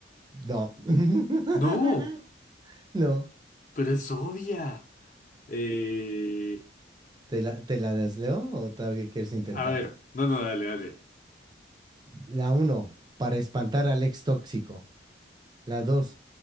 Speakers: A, on the right; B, on the left.
A: No. <laughs>
B: No,
A: No.
B: pero es obvia. Eh,
A: ¿Te la, te la desleo o todavía quieres intentarle?
B: a ver, no, no, dale, dale.
A: La uno. Para espantar al ex tóxico. La dos,